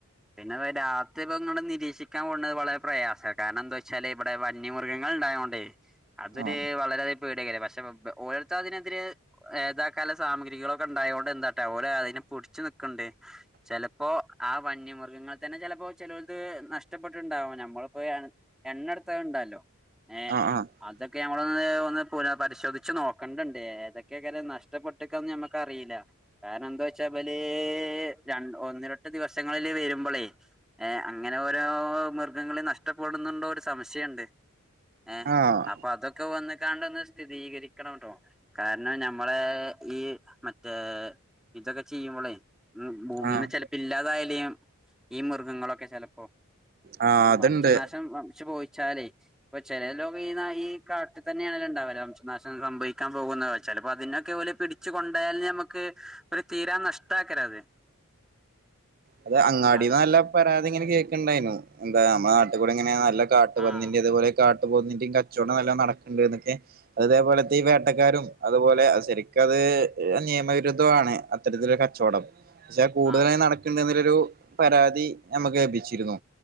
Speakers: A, in the centre; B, on the right.
A: പിന്നെ രാത്രി ഇപ്പ ഇങ്ങൾ നിരീക്ഷിക്കാൻ പോണത് വളരെ പ്രയാസമാണ് കാരണം എന്താ വെച്ചാല് ഇവിടെ വന്യമൃഗങ്ങൾ ഉണ്ടായോണ്ടേ അതൊരു
B: ആഹ്
A: വളരെയധികം പേടി ആകാരം പക്ഷെ ഓലെര്ത്ത് അതിനെതിരെ ഇതാക്കാൻളള സാമഗ്രികളൊക്കെ ഉണ്ടായോണ്ട് എന്താട്ട ഓര് അതിനെപുടിച്ചു നിക്ക്ണ്ട് ചെലപ്പോ ആ വന്യമൃ മൃഗങ്ങൾ തന്നെ ചിലപ്പോ ചിലോട്ത്തു നഷ്ടപ്പെട്ടണ്ടാവാം നമ്മളിപ്പോ എണ്ണ എടുത്ത ഇണ്ടാലൊ ഏഹ്
B: ആഹ് ആഹ്
A: അതൊക്കെ ഞമ്മളൊന്ന് ഒന്ന് പുന പരിശോധിച്ച് നോക്കണ്ടിണ്ട് ഏതൊക്കെ നഷ്ടപ്പെട്ടക്കന്ന് ഞമ്മക്കറീല കാരണം എന്താ വെച്ചാ ബല് ര ഒന്നരെട്ട് ദിവസങ്ങളില് വരുമ്പോളേ ഏ അങ്ങനെ ഓരോ മൃഗങ്ങളെ നഷ്ടപ്പെടുന്നുണ്ടോ ഒരു സംശയിണ്ട് ഏഹ്
B: ആഹ്
A: അപ്പൊ അതൊക്കെ വന്ന് കാണ്ടൊന്ന് സ്ഥിതീകരിക്കണം ട്ടൊ കാരണം ഞമ്മളെ ഈ മറ്റേ ഇതൊക്കെ ചെയ്യുമ്പോളേ ഉം ഭൂമിന്ന്
B: ആഹ്
A: ചെലപ്പോ ഇല്ലാതായാലിം ഈ മൃഗങ്ങളൊക്കെ ചെലപ്പോ
B: ആഹ്
A: ഉം
B: അതുണ്ട്
A: വംശനാശം വംശ പോയിച്ചാലേ അപ്പൊ ചില ലോം ഈ ഈ കാട്ടിൽ തന്നെ ഉണ്ടാവല് വംശനാശം സംഭവിക്കാൻ പോകുന്നത് വെച്ചാല് ചെലപ്പോ അതിനൊക്കെ ഓല് പിടിച്ചു കൊണ്ടായാൽ ഞമ്മക്ക് ഒരു തീരാ നഷ്ടക്കര അത്
B: അത് അങ്ങാടി
A: അതെ
B: നല്ല പരാതി ഇങ്ങനെ കേൾക്ക്ണ്ടായിനു എന്താ നമ്മുടെ നാട്ടിൽ കൂടെ ഇങ്ങനെ നല്ല കാട്ടുപന്നിന്റെ
A: ആഹ്
B: ഇതുപോലെക്കെ കാട്ടു പോത്തിന്റെയും കച്ചവടം നല്ലോം നടക്കുന്നുണ്ട് ന്നൊക്കെ അതേപോലത്തെ ഈ വേട്ടക്കാരും അതുപോലെ ശരിക്കത് നിയമവിരുദ്ധണ് അത്തരത്തിരു കച്ചോടം പക്ഷെ കൂടുതലായി
A: ആഹ്
B: നടക്ക്ണ്ട്ന്നില്ലൊരു പരാതി നമ്മ കേപ്പിച്ചിരുന്നു